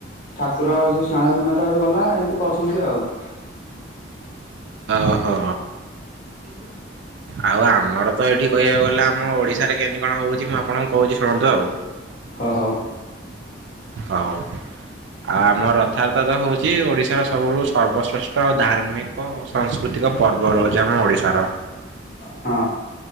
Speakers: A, on the left (about 45°); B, on the right (about 70°).
A: ଠାକୁର ଯୋଉ ସ୍ନାନ ପୁନିମା ତ ଏବେ ଗଲା ଏମତି କରୁଛନ୍ତି ଆଉ। <inaudible>
B: ଓହୋ
A: <inaudible> ଓ
B: ଆଉ ଆମର ତ ଏଠି କହିବାକୁ ଗଲେ ଆମ ଓଡିଶାରେ କେମିତି କଣ ହଉଛି ମୁଁ ଆପଣଙ୍କୁ କହୁଛି ଶୁଣନ୍ତୁ ଆଉ
A: ହଉ। <inaudible>
B: ହଉ। ଆଉ ଆମ ରଥଯାତ୍ରା ତ ହଉଛି ଓଡିଶାର ସବୁଠୁ ସର୍ବଶ୍ରେଷ୍ଠ ଆଉ ଧାର୍ମିକ ଓ ସଂସ୍କୃତିକ ପର୍ବ ରହୁଛି ଆମ ଓଡିଶାର।
A: ହଁ।